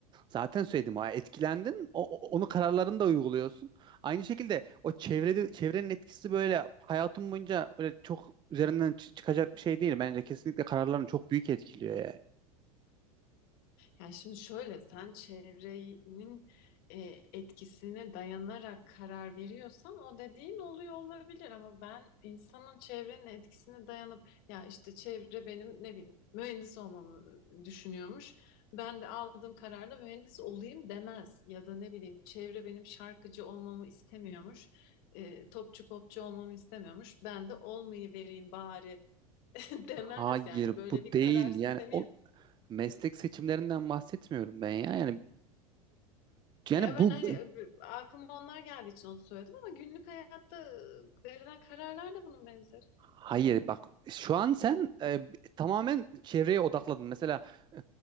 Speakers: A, on the right (about 25°); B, on the left (about 55°).
A: Zaten söyledim ha etkilendin o, o- onu kararlarını da uyguluyorsun. Aynı şekilde o çevrede çevrenin etkisi böyle hayatım boyunca öyle çok üzerinden çı- çıkacak bir şey değil. Bence kesinlikle kararlarını çok büyük etkiliyor ya.
B: Yani şimdi şöyle sen çevrenin e, etkisine dayanarak karar veriyorsan o dediğin oluyor olabilir ama ben insanın çevrenin etkisine dayanıp ya işte çevre benim ne bileyim mühendis olmamı düşünüyormuş. Ben de aldığım kararla mühendis olayım demez ya da ne bileyim çevre benim şarkıcı olmamı istemiyormuş. e, topçu popçu olmamı istemiyormuş. Ben de olmayı vereyim bari <laughs> demez
A: Hayır
B: yani böyle
A: bu
B: bir
A: değil
B: karar sistemi
A: yani o meslek seçimlerinden bahsetmiyorum ben ya. Yani yani
B: E, Ya ben
A: bu
B: hani e, aklıma onlar geldiği için onu söyledim ama günlük hayatta e, verilen kararlar da bunun benzeri.
A: Hayır bak şu an sen e, tamamen çevreye odakladın. Mesela e,